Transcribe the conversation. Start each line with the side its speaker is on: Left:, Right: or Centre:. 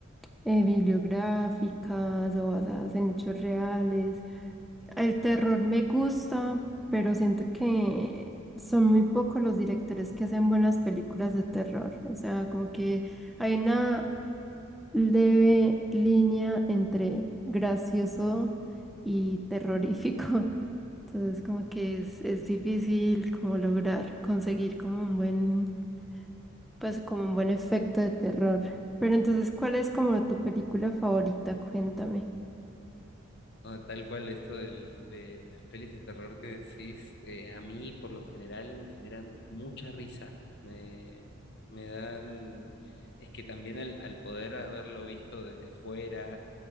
Centre: eh, bibliográficas o basadas en hechos reales. El terror me gusta, pero siento que son muy pocos los directores que hacen buenas películas de terror. O sea, como que hay una leve línea entre gracioso y terrorífico. <laughs> Entonces como que es, es difícil como lograr conseguir como un buen, pues como un buen efecto de terror. Pero entonces, ¿cuál es como tu película favorita? Cuéntame.
Left: No, tal cual esto del- de las pelis de terror que decís, eh, a mí por lo general me generan mucha risa, me, me dan, es que también al, al poder haberlo visto desde afuera